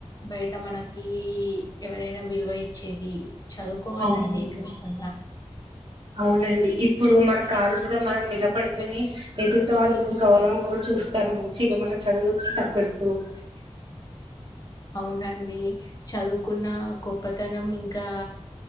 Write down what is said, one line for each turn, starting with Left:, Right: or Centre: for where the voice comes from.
Left: బయట మనకి ఎవరైనా విలువ ఇచ్చేది చదువుకోవాలండి
Right: అవును
Left: ఖచ్చితంగా.
Right: అవునండి ఇప్పుడు
Left: అవునండి
Right: మన కాల
Left: ఇప్పుడు
Right: మీద
Left: మన
Right: మనం
Left: కాలు
Right: నిలబడుతుని
Left: కూడా మనం నిలబడితేనే
Right: ఎద వాళ్ళు కొంచెం గౌరవం
Left: ఎదుర్కోవాలి
Right: కూడా చూస్తారు
Left: గౌరవం
Right: మంచి
Left: కూడా
Right: ఇక
Left: చూస్తాం
Right: మన చదువు
Left: చి
Right: తగ్గట్టు
Left: మన చదువుకు తగ్గట్టు అవునండి చదువుకున్న గొప్పతనం ఇంకా